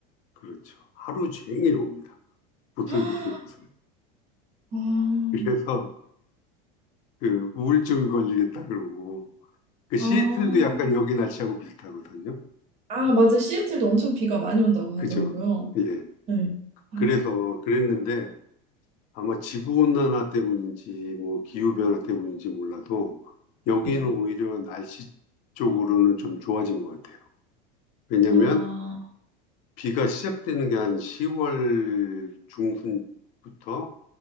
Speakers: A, on the left; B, on the right.
A: 그렇죠. 하루 종일 옵니다. 부슬부슬부슬.
B: <gasps> 아,
A: 그래서 그 우울증 걸리겠다 그러고 그 시애틀도
B: 아,
A: 약간 여기 날씨하고 비슷하거든요.
B: 아, 맞아. 시애틀도 엄청 비가 많이 온다고
A: 그죠?
B: 하더라고요.
A: 예.
B: 네. 아,
A: 그래서 그랬는데 아마 지구 온난화 때문인지 뭐 기후 변화 때문인지 몰라도 여기는
B: 네.
A: 오히려 날씨 쪽으로는 좀 좋아진 것 같아요. 왜냐하면
B: 아,
A: 비가 시작되는 게 한 10월 중순부터